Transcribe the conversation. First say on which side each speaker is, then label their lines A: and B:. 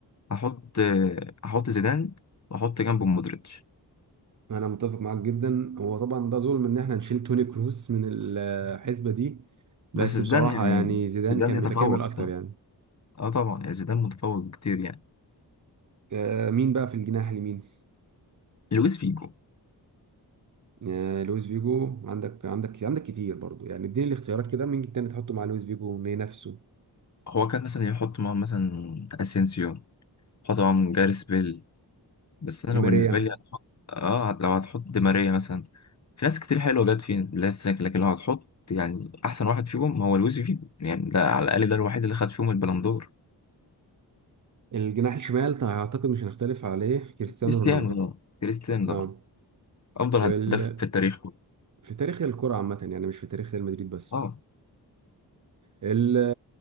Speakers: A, on the left (about 40°); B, on the right (about 50°).
A: هحط هحط زيدان وأحط جنبه مودريتش
B: انا متفق معاك جدا هو طبعا ده ظلم ان احنا نشيل توني كروس من الحسبة دي بس
A: بس زيدان
B: بصراحة
A: يعني
B: يعني زيدان
A: زيدان
B: كان
A: يتفوق
B: متكامل اكتر
A: الصراحة
B: يعني
A: اه طبعا يعني زيدان متفوق كتير يعني
B: آه، مين بقى في الجناح اليمين
A: لويس فيجو
B: آه، لويس فيجو عندك عندك عندك كتير برضو يعني اديني الاختيارات كده مين تاني تحطه مع لويس فيجو مين نفسه
A: هو كان مثلا يحط معاهم مثلا اسينسيو يحط معاهم جاريس بيل بس انا
B: دي ماريا
A: بالنسبه لي هتحط اه لو هتحط دي ماريا مثلا في ناس كتير حلوه جت في لسه لكن لو هتحط يعني احسن واحد فيهم هو لويس فيجو يعني ده على الاقل ده الوحيد اللي خد فيهم البلندور
B: الجناح الشمال اعتقد مش هنختلف عليه كريستيانو
A: كريستيانو
B: رونالدو
A: ده كريستيانو
B: اه
A: ده افضل
B: وال...
A: هداف في التاريخ كله.
B: في تاريخ الكرة عامة يعني مش في تاريخ ريال مدريد بس
A: اه
B: ال-